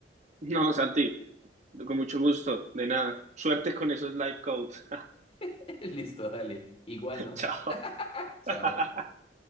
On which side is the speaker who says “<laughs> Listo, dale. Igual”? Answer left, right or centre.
Left